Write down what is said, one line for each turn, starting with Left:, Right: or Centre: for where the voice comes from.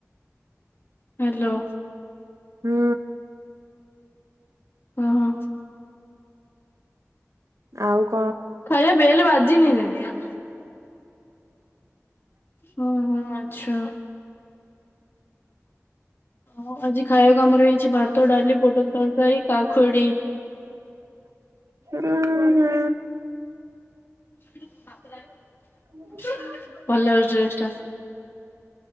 Left: ହ୍ୟାଲୋ।
Right: ହୁଁ।
Left: ହଁ ହଁ।
Right: ଆଉ କ
Left: ଖାଇବା ବେଲ୍ ବାଜି ନି ଏ ଯା ହଁ ହଁ ଆଚ୍ଛା। ହଁ ଆଜି ଖାଇବାକୁ ଆମର ହେଇଚି ଭାତ ଡା ଲି ପୋଟଳ ତରକାରୀ କାକୁଡ଼ି।
Right: ହୁଁ ହୁଁ
Left: ଭାତ ଡାଲି ବଡି ତରକାରୀ।
Right: ହଁ।
Left: ଭଲ ଲାଗୁଚି ଡ୍ରେସ ଟା।